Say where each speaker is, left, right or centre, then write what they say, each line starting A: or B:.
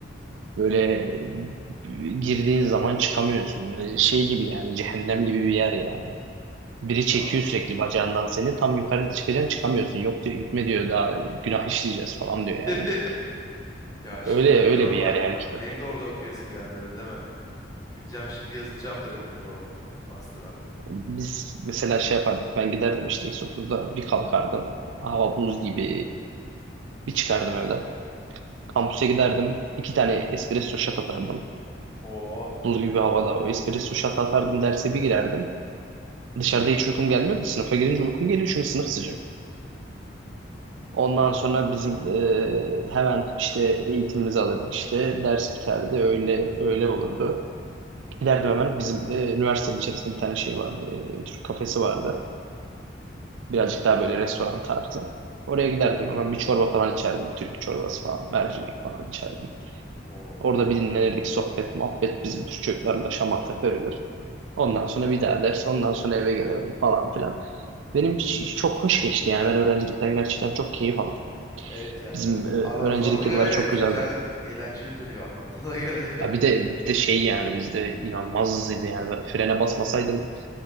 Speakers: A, on the right (about 80°); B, on the left (about 20°).
A: böyle e, girdiğin zaman çıkamıyorsun. Böyle şey gibi yani cehennem gibi bir yer yani. Biri çekiyor
B: Aa.
A: sürekli bacağından seni. Tam yukarı çıkacaksın çıkamıyorsun. Yok diyor gitme diyor daha günah işleyeceğiz falan diyor
B: <laughs>
A: yani.
B: Ya şimdi
A: Öyle
B: öyle
A: öyle
B: diyorsun
A: bir
B: bak.
A: yer yani Kiev.
B: Benim de orada okuyasım geldi öyle deme. Gideceğim şimdi yazılacağım direkt okula orada. Master'a.
A: Biz mesela şey yapardık ben giderdim işte X30'da bir kalkardım. Hava buz gibi bir çıkardım
B: <laughs>
A: evden. Kampüse giderdim. iki tane espresso shot atardım.
B: Oo.
A: Buz gibi havada o espresso shot atardım derse bir girerdim. Dışarıda hiç uykum gelmiyor da sınıfa girince uykum geliyor çünkü sınıf sıcak. Ondan
B: Aha.
A: sonra bizim e, hemen işte eğitimimizi alırdık işte ders biterdi öyle öyle olurdu.
B: Hı hı.
A: Giderdim hemen bizim e, üniversitenin içerisinde bir tane şey vardı e, Türk kafesi vardı. Birazcık daha böyle restoran tarzı. Oraya giderdim hemen bir çorba falan içerdim. Türk çorbası falan mercimek falan içerdim.
B: Oho.
A: Orada bir dinlenirdik sohbet, muhabbet bizim Türk çocuklarla şamata körülür. Ondan sonra bir daha ders, ondan sonra eve gelirdim falan filan. Benim hiç- çok hoş geçti yani ben öğrencilikten gerçekten çok keyif aldım.
B: Evet yani
A: Bizim e, öğrencilik
B: anlatılana göre
A: yılları
B: evet
A: çok güzeldi.
B: güzel eğlenceli duruyor anlattığına göre.
A: Ya bir de bir de şey yani bizde inanılmaz hızlıydı yani ben frene basmasaydım